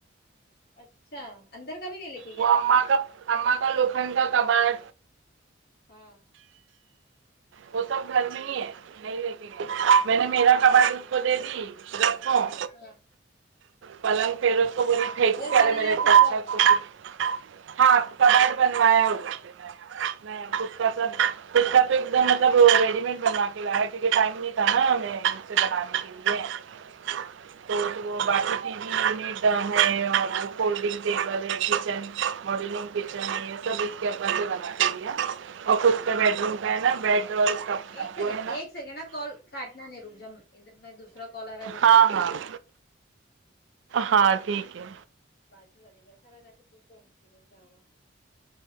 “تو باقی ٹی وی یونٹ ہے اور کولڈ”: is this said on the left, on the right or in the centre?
Right